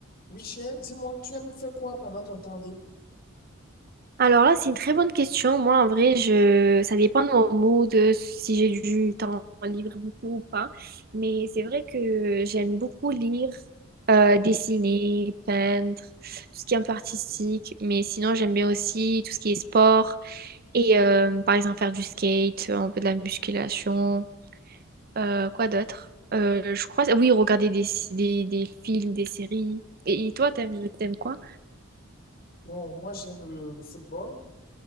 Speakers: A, on the left; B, on the right.
A: Oui, cher, dis-moi, tu aimes faire quoi pendant ton temps libre?
B: Alors là, c'est une très bonne question. Moi, en vrai, je... ça dépend de mon mood, euh, si j'ai du temps libre beaucoup ou pas. Mais c'est vrai que j'aime beaucoup lire, euh, dessiner, peindre, tout ce qui est un peu artistique. Mais sinon, j'aime bien aussi tout ce qui est sport et euh, par exemple faire du skate, un peu de la musculation. Euh, quoi d'autre? Euh, je crois, oui, regarder des, des, des films, des séries. Et, et toi, t'aimes, t'aimes quoi?
A: Bon, moi, j'aime euh, le football.